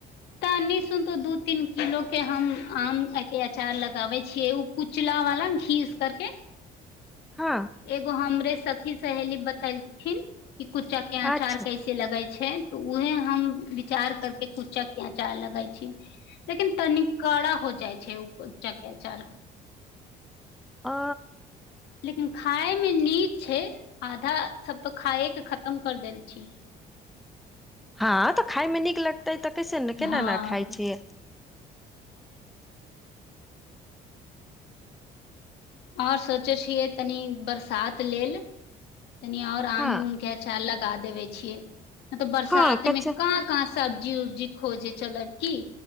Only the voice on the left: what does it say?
तऽ निशु सुनतो दू तीन किलोके हम आम आके अचार लगाबै छियै ओ। उजला वाला घीस करके।
एगो हमरे सखी सहेली बतेलथिन कऽ कुच्चा के आचार
कैसे। से लगै छै, तऽ उहे हम विचार करके कुच्चाके आचार लगै छै। लेकिन तनि कड़ा हो जाए छे, कुच्चके अचार
लेकिन खायमे निक छै, आधा सभ तऽ खाय के खतम कर देल छी।
हँ
और सोचे छियै तनी बरसात लेलऽ तनि और आम
उम अच्छा, लगा देबे छियै मतलब बरसात
मे कहाँ कहाँ। सब्जी उब्जी खोजे चलब कि